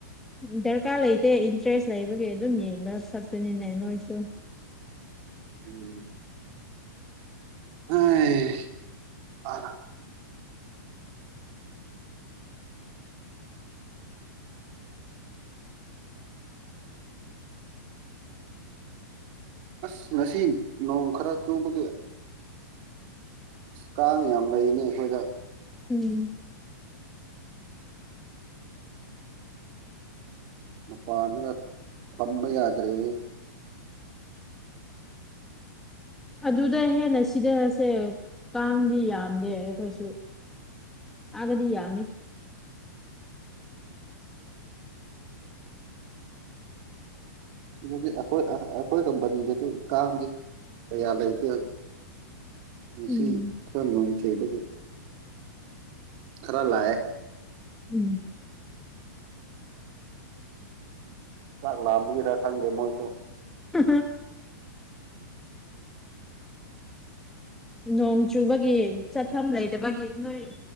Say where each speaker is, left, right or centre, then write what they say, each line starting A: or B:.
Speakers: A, in the centre; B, on the right (about 30°).
A: ꯗꯔꯀꯥꯔ ꯂꯩꯇꯦ ꯏꯟꯇꯔꯦꯁ ꯂꯩꯕꯒꯤ ꯑꯗꯨꯝ ꯌꯦꯡꯕ ꯁꯛꯇꯅꯤꯅꯦ ꯅꯣꯏꯁꯨ
B: ꯎ ꯑ ꯑꯁ ꯉꯁꯤ ꯅꯣꯡ ꯈꯔ ꯆꯨꯕꯒꯤꯦ ꯀꯥꯡ ꯌꯥꯝ ꯂꯩꯔꯤꯅꯤ ꯑꯩꯈꯣꯏꯗ
A: ꯎꯝ
B: ꯃꯄꯥꯟꯒ ꯐꯝꯕ ꯌꯥꯗ꯭ꯔꯦ
A: ꯑꯗꯨꯗ ꯍꯦꯟꯅ ꯁꯤꯗꯔꯁꯦ ꯀꯥꯡꯗꯤ ꯌꯥꯝꯗꯦ ꯑꯩꯈꯣꯏꯁꯨ ꯑꯗꯤ ꯌꯥꯃꯤ
B: ꯁꯤꯗꯤ ꯑꯩꯈꯣꯏ ꯑꯩꯈꯣꯏ ꯀꯝꯄꯅꯤꯗꯗꯤ ꯀꯥꯡꯗꯤ ꯀꯌꯥ ꯂꯩꯒꯦ ꯉꯁꯤ
A: ꯎꯝ
B: ꯈꯔ ꯂꯅꯨꯡ ꯆꯩꯕꯒꯦ ꯈꯔꯂꯌꯦ
A: ꯎꯝ
B: ꯆꯥꯛ ꯂꯥꯛꯑꯝꯕꯒꯤꯔ ꯈꯪꯗꯦ ꯃꯣꯏꯁꯨ
A: ꯎ ꯅꯣꯡ ꯆꯨꯕꯒꯤ ꯆꯠꯐꯝ ꯂꯩꯕꯒꯤ ꯅꯣꯏ